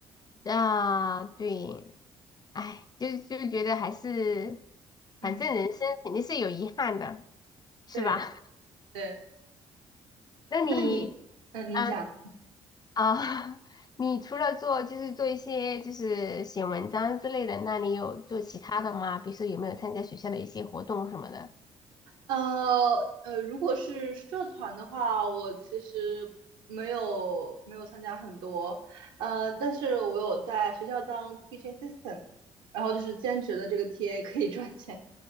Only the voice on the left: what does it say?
啊，对，哎，就是就觉得还是，
反正人生肯定是有遗憾的，是吧？
<laughs> 那你？
呃啊，<laughs> 你除了做就是做一些就是写文章之类的，那你有做其他的吗？比如说有没有参加学校的一些活动什么的？